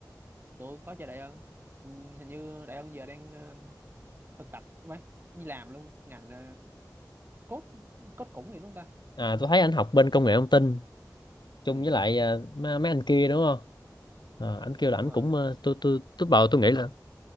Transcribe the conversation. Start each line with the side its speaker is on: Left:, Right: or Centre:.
Right: tôi có chơi Đại Ân Ừ, hình như Đại Ân giờ đang ờ, thực tập mấy đi làm luôn ngành ờ, cốt cốt cũng gì đúng không ta
Left: à tôi thấy anh học bên công nghệ thông tin chung
Right: ừ,
Left: với lại à, mấy, mấy anh kia đúng không à, anh
Right: ừ
Left: kêu là
Right: đúng rồi
Left: anh cũng ờ, tôi tôi tôi bảo tôi nghĩ là